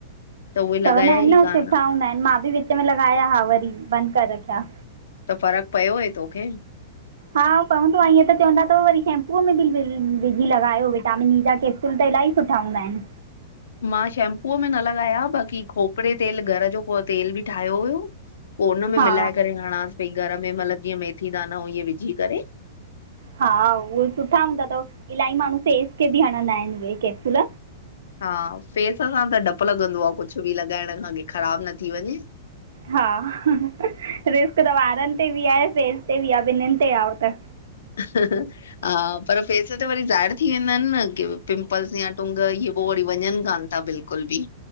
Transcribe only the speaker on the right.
चवंदा आहिनि
न
सुठा हूंदा आहिनि मां बि विच विच में लॻाया हा वरी बंद करे रखया।
हा पवंदो आहे ईअं त चवंदा तव वरी शैम्पूअ में भी विझी लॻायो विटामिन ई जा केप् उह त इलाही सुठा हूंदा आहिन।
हा
हा। उहो सुठा हुंदा तव इलाही माण्हू फेस खेबि हणंदा आहिनि उहे कैप्सूल।
हा। रिस्क त वारनि ते बि आहे फेस ते बि आह ॿिन्हिनि ते आहे ओ त।